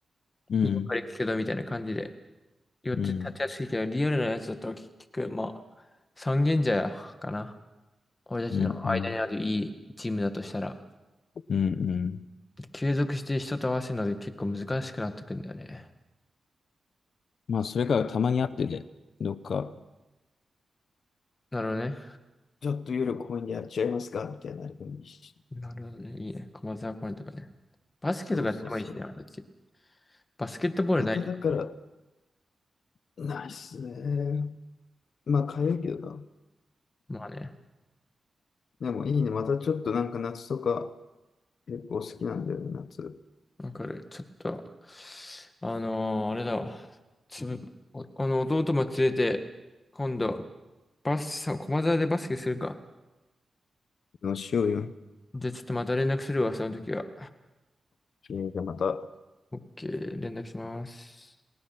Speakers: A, on the left (about 75°); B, on the left (about 35°).
A: うん、
B: 今から行くけどみたいな感じで、よって立てやすいけど、
A: うん、
B: リアルなやつだったら結局、まあ、三軒茶屋かな。俺たちの間にあるいいチームだとしたら、
A: うん、うん、うん、うん。
B: 継続して人と合わせるので結構難しくなってくんだよね。
A: まあそれからたまに会ってね、どっか、
B: なるほどね。
A: ちょっと夜公園でやっちゃいますかみたいなあれでもいいし。
B: なるほどね。いいね。駒沢公園とかね。バスケとかやってもいいしね、
A: そうそうそう。
B: こっち。バスケットボールない
A: まただから、ないっすね。まあ、かゆいけど
B: まあね。
A: な。でもいいね。またちょっとなんか夏とか結構好きなんだよね、夏。
B: わかる。ちょっと、あのーあれだわ。つぶ、おあの、弟も連れて、今度、バスさ、駒沢でバスケするか。
A: でもしようよ。
B: じゃあちょっとまた連絡するわ、その時は。
A: えーじゃあまた。
B: オッケー、連絡します。